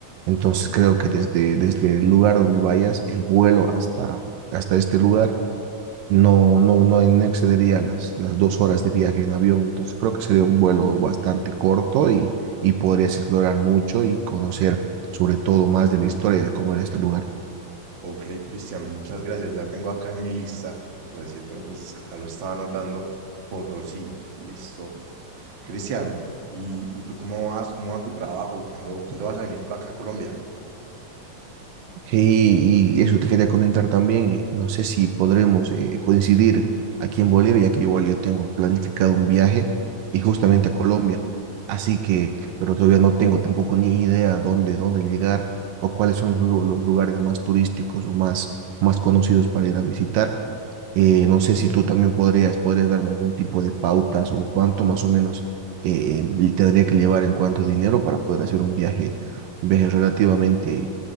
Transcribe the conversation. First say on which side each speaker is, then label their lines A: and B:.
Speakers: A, on the right; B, on the right.
A: Entonces
B: ok.
A: creo que desde, desde el lugar donde vayas, el vuelo hasta, hasta este lugar no, no, no, no excedería las, las dos horas de viaje en avión, entonces creo que sería un vuelo bastante corto y, y podrías explorar mucho y conocer sobre todo más de la historia de cómo era este lugar.
B: Ok, Cristian, muchas gracias. Ya tengo acá en mi lista reciente, entonces acá lo estaba anotando. Potosí, listo. Cristian, ¿y, y tú cómo vas? ¿Cómo va tu trabajo? ¿Cuándo, cuándo vas a venir por acá a Colombia?
A: Sí, y eso te quería comentar también. eh, No sé si podremos eh, coincidir aquí en Bolivia, ya que igual yo tengo planificado un viaje y justamente
B: Sí,
A: a Colombia. Así que, pero todavía no tengo tampoco ni idea dónde, dónde llegar o cuáles son los, lu- los lugares más turísticos o más, más conocidos para ir a visitar. Eh,
B: ok.
A: no sé si tú también podrías, podrías darme algún tipo de pautas o cuánto más o menos eh, eh, tendría que llevar en cuanto a dinero para poder hacer un viaje, un viaje relativamente